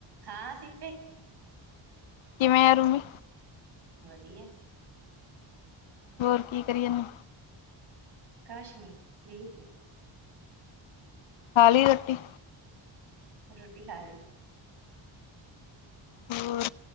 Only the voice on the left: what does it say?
ਕਿਵੇਂ ਆ ਰੂਮ?
ਹੋਰ ਕੀ ਕਰੀ ਯਾਨੇ
<inaudible> ਖਾਲੀ ਰੋਟੀ?
ਹੋਰ